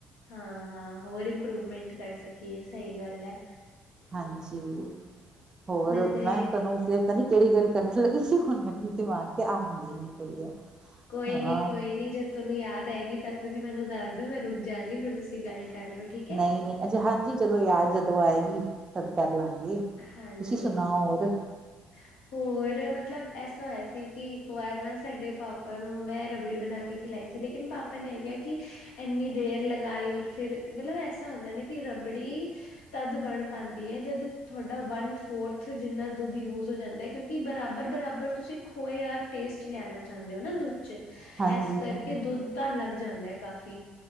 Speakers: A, on the left; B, on the right.
A: ਹਾਂ ਹਾਂ ਹੋਰ ਇੰਪਰੂਵਮੈਂਟ ਕਰ ਸਕੀਏ ਸਹੀ ਗੱਲ ਹੈ।
B: ਹਾਂਜੀ ਹੋਰ
A: ਵੈਸੇ
B: ਮੈਂ ਤੁਹਾਨੂੰ ਪਤਾ ਨੀ ਕਿਹੜੀ ਗੱਲ ਕਰਨ ਲੱਗੀ ਹੁਣ ਮੈਨੂੰ ਦਿਮਾਗ ਤੇ ਆਉਂਦੀ ਨੀ ਪਈ ਹੈ।
A: ਕੋਈ
B: ਹਾਂ
A: ਨੀ ਕੋਈ ਨੀ ਜਦ ਤੁਹਾਨੂੰ ਯਾਦ ਆਏਗੀ ਤਾਂ ਤੁਸੀਂ ਮੈਨੂੰ ਦੱਸ ਦਿਓ ਮੈਂ ਰੁਕ ਜਾਂਗੀ ਫਿਰ ਤੁਸੀਂ ਗੱਲ ਕਰ ਲਿਓ ਠੀਕ ਐ।
B: ਨਹੀਂ ਨਹੀਂ ਹਜੇ ਹਾਂਜੀ ਚਲੋ ਯਾਦ ਜਦੋਂ ਆਏਗੀ ਤਦ ਕਰ ਲਾਂਗੇ
A: ਹਾਂਜੀ।
B: ਤੁਸੀਂ ਸੁਣਾ ਹੋਰ
A: <inaudible> ਹੋਰ ਮਤਲਬ ਐਸਾ ਹੋਇਆ ਸੀ ਕਿ ਇੱਕ ਵਾਰ ਨਾ ਸਾਡੇ ਪਾਪਾ ਨੂੰ ਮੈਂ ਰਬੜੀ ਬਣਾ ਕੇ ਖਿਲਾਈ ਸੀ ਲੇਕਿਨ ਪਾਪਾ ਨੇ ਏ ਕਿਹਾ ਕਿ ਇੰਨੀ ਦੇਰ ਲਗਾਈ ਔਰ ਫਿਰ ਮਤਲਬ ਐਸਾ ਹੁੰਦਾ ਨਾ ਕਿ ਰਬੜੀ ਤਦ ਬਣ ਪਾਉਂਦੀ ਹੈ ਜਦ ਤੁਹਾਡਾ ਵਨ ਫੋਰਥ ਜਿੰਨਾ ਦੁੱਧ ਯੂਜ਼ ਹੋ ਜਾਂਦਾ ਕਿਉਂਕਿ ਬਰਾਬਰ ਬਰਾਬਰ ਤੁਸੀਂ ਖੋਏ ਯਾਰ ਟੇਸਟ ਲੈਣਾ ਚਾਹੁੰਦੇ ਹੋ ਨਾ ਦੁੱਧ ' ਚ
B: ਹਾਂਜੀ
A: ਇਸ ਕਰਕੇ
B: ਹਾਂਜੀ
A: ਦੁੱਧ ਤਾਂ ਲੱਗ ਜਾਂਦਾ ਹੈ। ਕਾਫ਼ੀ